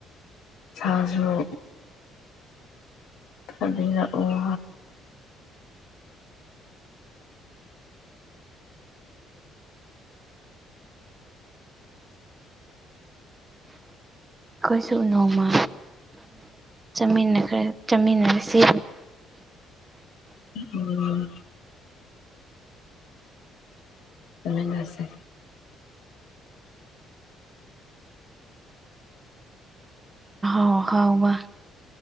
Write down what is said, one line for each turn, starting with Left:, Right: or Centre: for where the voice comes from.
Left: ꯁꯥꯥꯖꯣꯛ ꯊꯕꯤꯔ ꯋꯥ
Right: ꯑꯩꯈꯣꯏꯁꯨ ꯅꯣꯡꯃ ꯆꯥꯃꯤꯟꯅꯈꯦ ꯆꯥꯃꯤꯟꯅꯔꯁꯤ
Left: <unintelligible> ꯑꯣꯝ ꯊꯃꯤ ꯂꯁꯦ
Right: ꯑꯣ ꯍꯥꯎꯕ